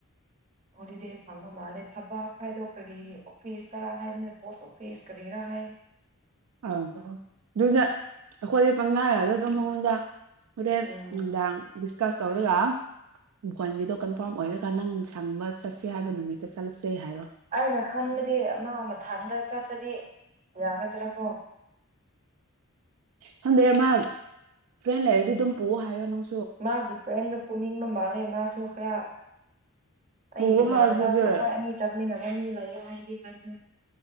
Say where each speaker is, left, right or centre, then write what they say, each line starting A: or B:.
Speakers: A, on the right; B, on the right.
A: ꯍꯣꯂꯤꯗꯦ ꯐꯪꯕ ꯃꯥꯜꯂꯦ ꯊꯕꯛ ꯍꯥꯏꯗꯣ ꯀꯔꯤ ꯑꯣꯐꯤꯁ ꯇꯔ ꯍꯥꯏꯕꯅꯦ ꯄꯣꯁ ꯑꯣꯐꯤꯁ ꯀꯔꯤꯔꯥ ꯍꯥꯏ
B: ꯑ ꯑꯗꯨꯗ ꯑꯩꯈꯣꯏꯗꯤ ꯄꯪꯅꯥꯔꯒ ꯑꯗꯨꯝ ꯃꯉꯣꯟꯗ ꯍꯣꯔꯦꯟ
A: ꯎꯝ
B: ꯅꯨꯡꯗꯥꯡ ꯗꯤꯁ ꯀꯥꯁ ꯇꯧꯔꯒ ꯚꯣꯏꯟꯒꯤꯗꯣ ꯀꯟꯐꯥꯔꯝ ꯑꯣꯏꯔꯒ ꯅꯪ ꯁꯪꯕ ꯆꯠꯁꯦ ꯍꯥꯏꯕ ꯅꯨꯃꯤꯠꯇ ꯆꯠꯂꯁꯦ ꯍꯥꯏꯔꯣ
A: ꯑꯩꯅ ꯈꯟꯕꯗꯤ ꯃꯥ ꯃꯊꯟꯗ ꯆꯠꯄꯗꯤ ꯌꯥꯒꯗ꯭ꯔꯀꯣ
B: ꯈꯪꯗꯦ ꯃꯥ ꯐ꯭ꯔꯦꯟ ꯂꯩꯔꯗꯤ ꯑꯗꯨꯝ ꯄꯨꯑꯣ ꯍꯥꯏꯌꯣ ꯅꯪ
A: ꯃꯥꯒꯤ ꯐ꯭ꯔꯦꯟꯗꯣ ꯄꯨꯅꯤꯡꯕ ꯃꯥꯜꯂꯦ ꯃꯥꯁꯨ ꯈꯔ
B: ꯄꯨ
A: ꯑꯩ ꯏꯃꯥꯟꯅꯕꯁꯨ
B: ꯍꯥꯏꯗꯨꯒꯤ
A: ꯑꯩꯈꯣꯏ ꯑꯅꯤ ꯆꯠꯃꯤꯟꯅ ꯑꯅꯤ ꯂꯩ ꯌꯦ ꯍꯥꯏꯗꯤ ꯀꯥꯏꯗꯦ